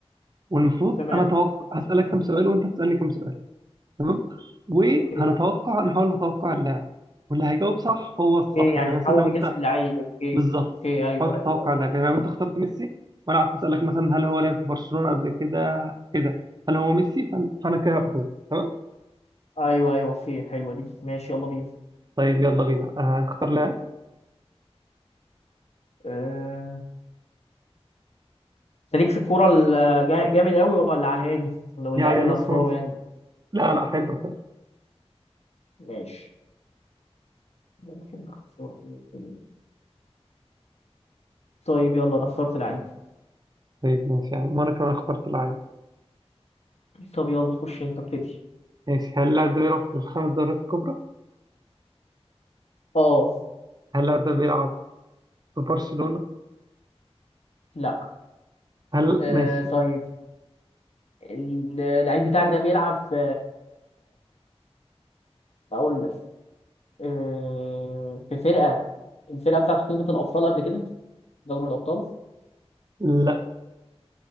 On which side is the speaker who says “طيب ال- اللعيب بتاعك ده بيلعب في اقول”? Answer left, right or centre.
Left